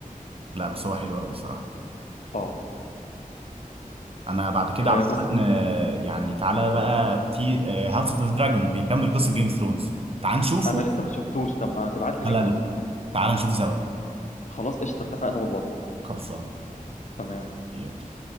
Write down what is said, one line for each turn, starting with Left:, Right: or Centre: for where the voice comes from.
Right: لا بس هو حلو قوي الصراحه
Left: اه
Right: انا بعد كده
Left: آه،
Right: عامه
Left: بس
Right: آه، يعني تعالى بقى في هاوس اوف ذا دراجون بيكمل قصه جيم اوف ثرونز تعال نشوفه
Left: انا لسه ما شفتوش طب ما تبعت لي
Right: ولا
Left: لينك
Right: انا
Left: اشوفه
Right: تعال نشوفه سوا
Left: خلاص قشطه اتفقنا والله
Right: خلصان
Left: تمام
Right: يلا